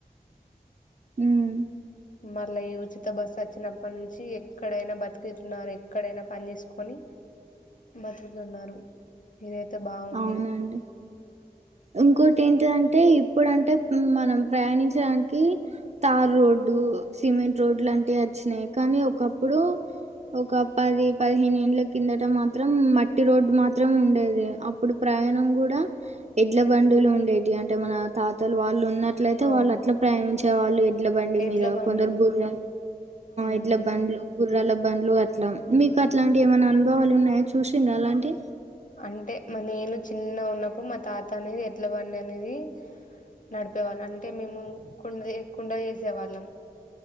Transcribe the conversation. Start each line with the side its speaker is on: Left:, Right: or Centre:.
Right: ఉమ్
Left: మళ్ళ ఈ ఉచిత బస్సు అచ్చినప్పటి నుంచి ఎక్కడైనా బతికితున్నారు ఎక్కడైనా పని జేసుకొని బతుకుతున్నారు ఇదయితే బావుంది.
Right: అవునండి ఇంకోటి ఏంటిధంటే ఇప్పుడంటే మనం ప్రయాణించడానికి తారు రోడ్డు డు సిమెంట్ రోడ్లాంటియి వచ్చినయి కనీ ఒకప్పుడు ఒక పది, పదిహేనేండ్లకు కిందట మాత్రం మట్టి రోడ్డు మాత్రం ఉండేది అప్పుడు ప్రయాణం కూడా ఎడ్ల బండులు ఉండేవి అంటే మన తాతలు వాళ్ళు ఉన్నట్లయితే
Left: అవును
Right: వాళ్ళు అట్లా ప్రయానించే వాళ్ళు ఎడ్ల బండి
Left: ఎడ్ల
Right: మీద
Left: బండ్లు
Right: కొందరు గుర్రా
Left: ఉమ్
Right: ఇట్ల బండ్లు గుర్రాల ఇబ్బందులు అట్లా మీకు అట్లాంటివి ఏమైనా అనుభవాలు ఉన్నాయాచూసిండ అలాంటి
Left: అంటే మా నేను చిన్న ఉన్నప్పుడు మా తాత అనేది ఎట్ల బండి అనేది నడిపేవాళ్ళం అంటే మేము కుండ కుండ చేసే వాళ్ళం